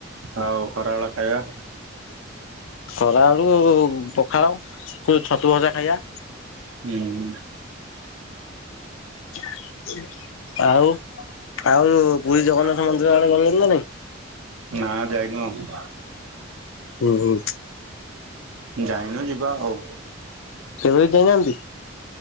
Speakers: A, on the right; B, on the left.
A: ଆଉ ଖରାବେଳ ଖାଇବା?
B: ଖରାବେଳୁ କୁ ପଖାଳ କୁ ଛତୁ ଭଜା ଖାଇବା।
A: ହୁଁ।
B: <inaudible> ଆଉ ଆଉ ପୁରୀ
A: ହୁଁ।
B: ଜଗନ୍ନାଥ ମନ୍ଦିର ଆଡେ ଗଲେଣି ନା ନାଇଁ?
A: ନା ଯାଇନୁ ଆଉ।
B: ହୁଁ ହୁଁ
A: ଯାଇନୁ ଯିବା ଆଉ।
B: କେଭେବି ଯାଇନାହାନ୍ତି?